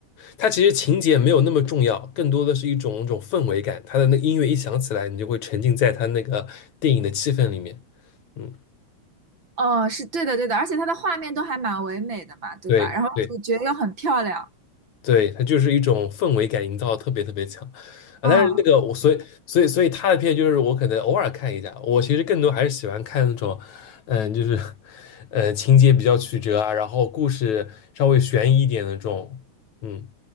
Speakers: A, on the left; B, on the right.
A: 它其实情节没有那么重要，更多的是一种一种氛围感。它的那个音乐一响起来，你就会沉浸在它那个电影的气氛里面。嗯，
B: 哦，是对的，对的，而且它的画面都还蛮唯美的嘛，对吧？
A: 对对
B: 然后主角又很漂亮，
A: 对，它就是一种氛围感营造得特别特别强啊。但是那个我所以所以所以他的片就是我可能偶尔看一下，
B: 嗯
A: 我其实更多还是喜欢看那种，嗯，就是呃情节比较曲折啊，然后故事稍微悬疑一点的这种，嗯，